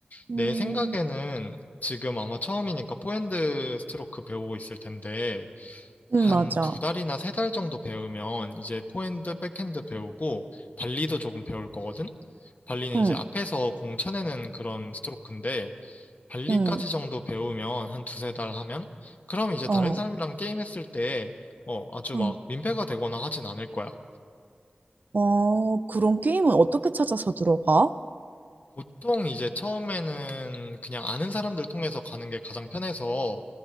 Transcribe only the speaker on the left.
내 생각에는 지금 아마 처음이니까 포핸드 스트로크 배우고 있을 텐데 한
두 달이나 세 달 정도 배우면 이제 포핸드, 백핸드 배우고 발리도 조금 배울 거거든? 발리는
이제 앞에서 공 쳐내는 그런 스트로크인데 발리까지
정도 배우면 한 두세 달 하면 그럼 이제
다른 사람이랑 게임했을 때 어, 아주
막 민폐가 되거나 하진 않을 거야.
보통 이제 처음에는 그냥 아는 사람들 통해서 가는 게 가장 편해서